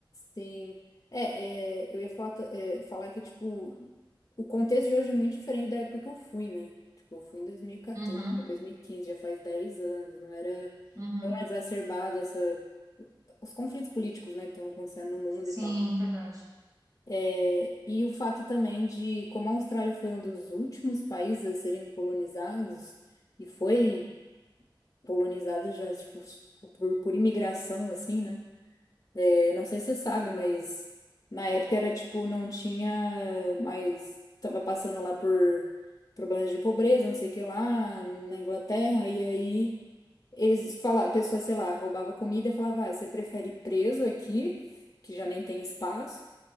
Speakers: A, on the left; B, on the right.
A: Sim. É, é, eu ia falar, ta- é, falar que, tipo, o contexto de hoje é muito diferente da época que eu fui, né? Tipo, eu fui em 2014,
B: Uhum,
A: pra 2015 já faz 10 anos, não era
B: uhum.
A: tão exacerbada essa, os conflitos políticos, né, que estão acontecendo no mundo
B: Sim,
A: e tal.
B: verdade.
A: É, e o fato também de como a Austrália foi um dos últimos países a serem colonizados, e foi colonizado já, tipo, por, por imigração, assim, né? É, não sei se você sabe, mas na época era tipo, não tinha mais. Tava passando lá por problemas de pobreza, não sei o que lá, na Inglaterra, e aí eles falavam, a pessoa, sei lá, roubava comida e falava, ah, você prefere ir preso aqui, que já nem tem espaço,